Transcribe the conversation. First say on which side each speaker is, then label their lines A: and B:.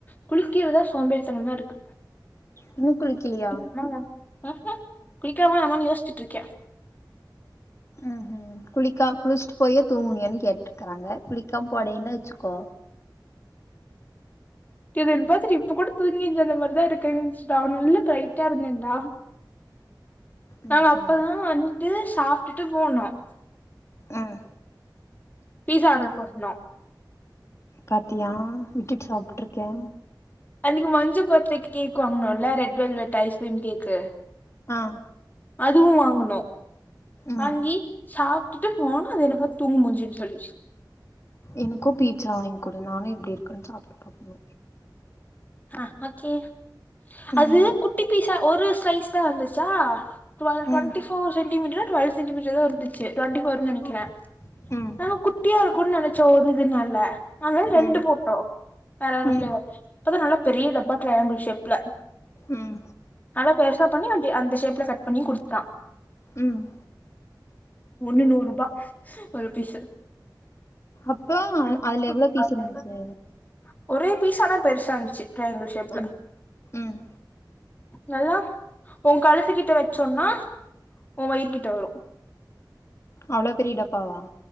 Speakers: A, on the left; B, on the left.
A: குளிக்கிறதுதா சோம்பேறித்தனமா இருக்கு
B: இன்னு குளிக்கலையா
A: குளிக்கனுமா ஆஹ குளிக்கலாமா வேணாமான்னு யோசிச்சிட்டு இருக்கேன்
B: ம் குளிக்கா குளிச்சுட்டு போயே தூங்கினியான்னு கேட்டே க்கறாங்க குளிக்காம போனோன்னா வெச்சுக்கோ
A: இத என்ன பாத்துட்டு இப்ப கூட தூங்கி எஞ்சு வந்த மாரி தான் இருக்கு நல்ல பெரைட்டா இருந்தே நா
B: ம்
A: நாங்க அப்பதான்
B: ம்
A: வந்ட்டு சாப்ட்டுட்டு போனோம்
B: ம்
A: பீஸா ஆர்டர் பண்ணோ
B: பாத்தியா விட்டுட்டு சாப்பிட்டுருக்கே
A: அன்னைக்கு மஞ்சு பெர்த்டேக்கு கேக் வாங்குனோல்ல ரெட் வெல்வெட் ஐஸ்கிரீம் கேக்கு
B: ஆ
A: அதுவும் வாங்குனோ
B: ம்
A: வாங்கி சாப் ட்டுட்டு போனோ அது என்ன பாத்து தூங்கு மூஞ்சின்னு சொல்லிச்சு
B: எனக்கும் பீட்சா வாங்கிக்குடு நானும் எப்டி இருக்குன்னு சாப்ட்டு பாக்கணு
A: ஆ ஓகே
B: ம்
A: அது குட்டி பீசா ஒரு ஸ்லைஸா வந்துச்சா டுவல் twenty
B: ம்
A: four centimetre twelve centimetre தான் இருந்துச்சு டுவண்டி ஃபோர்ன்னு நெனக்கிறே
B: ம் ம்
A: நாங்க குட்டியா இருக்குன்னு நெனச்சோ ஒரு இதுனால ஆனால ரெண்டு
B: ம்
A: போட்டோம் வேற வேற
B: ம்
A: பிளேவர் பாத்த நல்லா பெரிய டப்பா ட்ரையாங்கிள் ஷேப்ல
B: ம்
A: நல்லா பெருசா பண்ணி அ அந்த ஷேப்ல கட் பண்ணி குடுத்தான்
B: ம்
A: ஒன்னு நூறுபா ஒரு பீஸ்சு
B: அப்போ
A: அனுப்பு
B: அதுல எவ்ளோ பீஸ்
A: அவங்க
B: இருந்துச்சு
A: எல்ல <inaudible> ஒரே பீசு ஆனா பெருசா இர்ந்துச்சு ட்ரையாங்கிள் ஷேப்ல
B: ம் ம்
A: நல்லா ஓ கழுத்து கிட்ட வெச்சோன்னா ஓன் வயிற்கிட்ட வரும்
B: அவ்ளோ பெரிய டப்பாவா